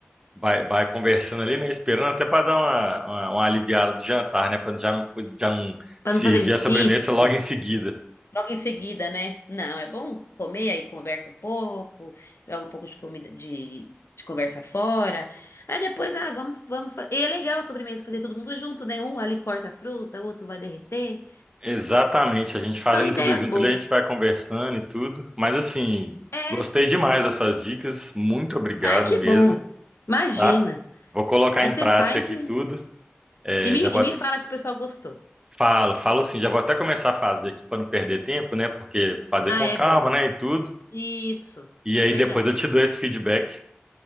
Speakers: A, on the right; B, on the left.
A: Vai, vai conversando ali, né? Esperando até para dar uma, uma, uma aliviada do jantar, né? Para já não, já não
B: Pra
A: servir
B: não fazer
A: a sobremesa
B: isso.
A: logo em seguida.
B: Logo em seguida, né? Não, é bom comer, aí conversa um pouco, joga um pouco de comida, de, de conversa fora. Aí depois, ah, vamos, vamos. fa- E é legal a sobremesa fazer todo mundo junto, né? Um ali corta a fruta, o outro vai derreter.
A: Exatamente. A gente fazendo
B: São ideias
A: tudo junto
B: boas.
A: ali, a gente vai conversando e tudo. Mas assim,
B: É.
A: gostei demais dessas dicas. Muito obrigado
B: Ai, que
A: mesmo,
B: bom. Imagina.
A: tá? Vou colocar
B: Aí
A: em
B: você
A: prática
B: faz
A: aqui
B: e,
A: tudo. É,
B: e me,
A: já vou
B: e me
A: até-
B: fala se o pessoal gostou.
A: falo, falo sim, já vou até começar a fazer aqui para não perder tempo, né? Porque fazer
B: Ah,
A: com
B: é
A: calma,
B: bom.
A: né? E tudo.
B: Isso.
A: E aí
B: Verdade.
A: depois eu te dou esse feedback,